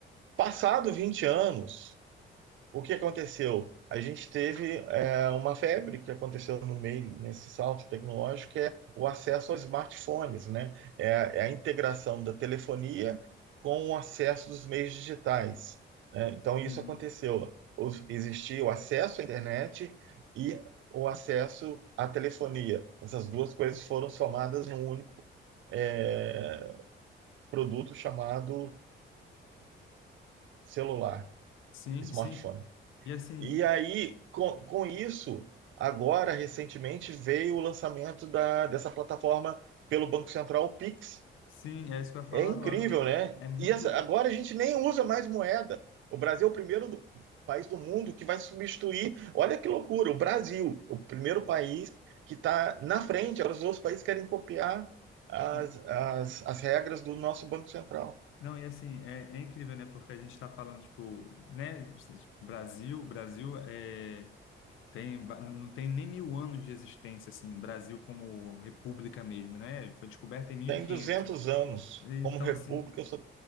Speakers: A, on the right; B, on the left.
A: Passado 20 anos o que aconteceu? A gente teve é, uma febre que aconteceu no meio, nesse salto tecnológico, que é o acesso aos smartphones, né? É, é a integração da telefonia com o acesso dos meios digitais, né? Então, isso
B: Uhum.
A: aconteceu. O- Existia o acesso à internet e o acesso à telefonia. Essas duas coisas foram somadas num único, é, produto chamado celular,
B: Sim,
A: smartphone.
B: sim. E assim,
A: E aí, com, com isso, agora, recentemente, veio o lançamento da, dessa plataforma pelo Banco Central, o Pix.
B: sim, é isso que eu ia falar
A: É incrível,
B: agora.
A: né?
B: É muito.
A: E essa- agora a gente nem usa mais moeda. O Brasil é o primeiro do- país do mundo que vai substituir. Olha que loucura, o Brasil, o primeiro país que está na frente. Agora Os outros países querem copiar as,
B: e-
A: as, as regras do nosso Banco Central.
B: Não, e assim, é, é incrível, né? Porque a gente está falando, tipo, né? tipo, Brasil, Brasil é, tem, va- não tem nem mil anos de existência, assim, Brasil como república mesmo, né? Foi descoberta em mil
A: Tem
B: e quinhentos
A: 200 anos,
B: Então,
A: como república,
B: assim,
A: só